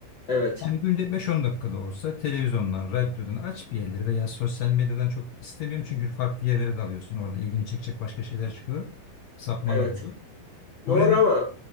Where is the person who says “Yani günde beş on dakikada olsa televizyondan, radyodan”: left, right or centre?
Left